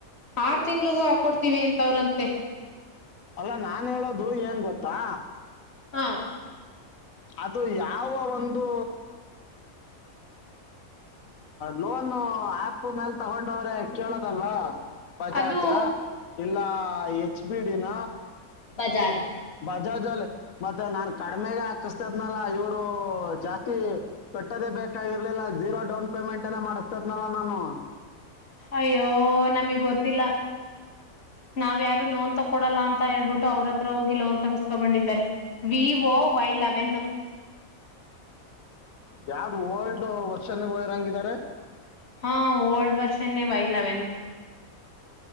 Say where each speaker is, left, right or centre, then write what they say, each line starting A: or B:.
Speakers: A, on the left (about 45°); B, on the left (about 70°).
A: ಆರ್ ತಿಂಗ್ಳಗೂ ಹಾಕೊಡ್ತಿವಿ ಅಂತ ಅವ್ರಂತೆ
B: ಅಲ್ಲ ನಾನ್ ಹೇಳೋದು ಏನ್ ಗೊತ್ತಾ
A: ಹಾ
B: ಅದು ಯಾವ ಒಂದು ಲೋನ್ ಆಪ್ ಮೇಲ್ ತಗೊಂಡ ವ್ರೆ ಕೇಳೋದಲ್ವಾ ಪಜಾಜ
A: ಅದು
B: ಎಲ್ಲಾ ಹೆಚ್ ಬಿ ಡಿನ
A: ಬಜಾಜಾಜ್
B: ಬಜಾಜ್ ಅಲ್ಲಿ ಮತ್ತೆ ನಾನ್ ಕಡಿಮೆಗೆ ಹಾಕಿಸತೇದನಲ್ಲ ಇವರು ಜಾಸ್ತಿ ಕಟ್ಟದೇ ಬೇಕಾಗಿರ್ಲಿಲ್ಲ ಜೀರೋ ಡೌನ್ ಪೇಮೆಂಟ್ ಎಲ್ಲ ಮಾಡಿಸ್ತೇದನಲ್ಲ ನಾನು
A: ಅಯ್ಯೋ ನಮಗ್ ಗೊತ್ತಿಲ್ಲ ನಾವ್ ಯಾರು ಲೋನ್ ತೊೋಲ್ಲ ಅಂತ ಹೇಳ್ಬಿಟ್ಟು ಅವ್ರ ಹತ್ರ ಹೋಗಿ ಲ್ಲೋನ್ ತಗುಸ್ಕೊ ಬೊಂಡಿದ್ದಾರೆ ವಿ ಒ ವೈಲೆವೆನ್
B: ಯಾವ್ದ ಓಲ್ಡ್ ವರ್ಷನೇ ಒಯಿರ ಹಂಗಿದಿದ್ದಾರೆ
A: ಹಾ ಓಲ್ಡ್ ವಷ ನೀ ವೈಲ್ಲವೆನು